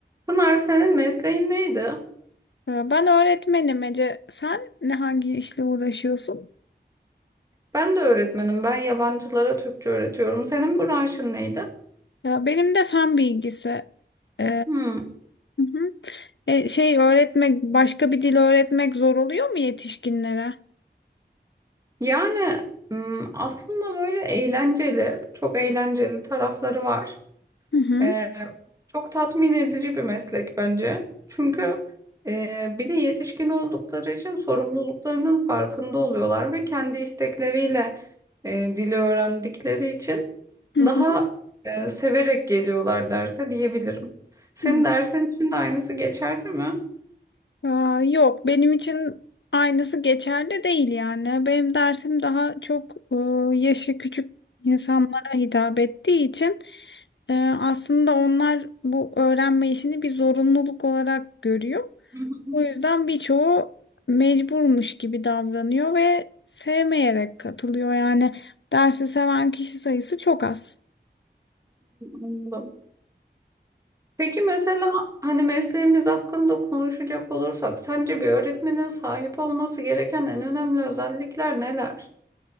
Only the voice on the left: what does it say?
Ya Ben öğretmenim Ece. Sen ne hangi işle uğraşıyorsun?
Ya benim de fen bilgisi. Ee,
hı hı. E, şey öğretmek, başka bir dil öğretmek zor oluyor mu yetişkinlere?
Hı hı.
Hı hı.
Hı.
Aa, yok, benim için aynısı geçerli değil yani. Benim dersim daha çok e, yaşı küçük insanlara hitap ettiği için e, aslında onlar bu öğrenme işini bir zorunluluk olarak görüyor.
O yüzden birçoğu mecburmuş gibi davranıyor ve sevmeyerek katılıyor. Yani dersi seven kişi sayısı çok az.